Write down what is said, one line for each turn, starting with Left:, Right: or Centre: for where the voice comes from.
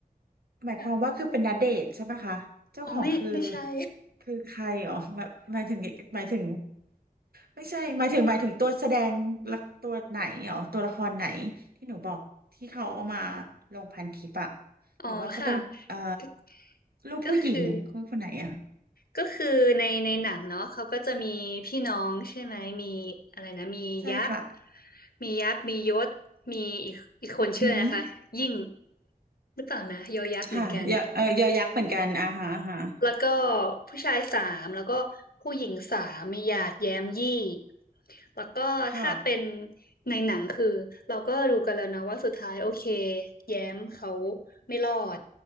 Right: หมายความว่าคือเป็นณเดชน์ใช่ปะคะเจ้าของคือ
Left: ค่ะอ๋อไม่ไม่ใช่
Right: คือใครอ๋อหมายหมายถึงหมายถึงไม่ใช่หมายถึงหมายถึงตัวแสดงละตัวไหนอ๋อตัวละครไหนที่หนูบอกที่เขาเอามาลงพันทิปอะ
Left: <laughs> อ๋อค่ะ
Right: หรือว่าเขาเป็นเอ่อ
Left: ก็
Right: ลูกผู้หญิงคนคนไหนอะ
Left: ก็คือ ก็คือในในหนังเนาะเขาก็จะมีพี่น้องใช่ไหมมีอะไรนะมียักษ์
Right: ใช่ค่ะ
Left: มียักษ์มียศมีอีกอีกคนชื่ออะไรนะคะยิ่ง
Right: อืม
Left: หรือเปล่านะยอยักษ์เหมือนกัน
Right: ค่ะยอเออยอยักษ์เหมือนกันอ่าฮะอ่าฮะ
Left: แล้วก็ผู้ชายสามแล้วก็ผู้หญิงสามมีหยาดแย้มยี่แล้วก็ถ้าเป็น
Right: ค่ะ
Left: ในหนังคือเราก็รู้กันแล้วนะว่าสุดท้ายโอเคแย้มเขาไม่รอด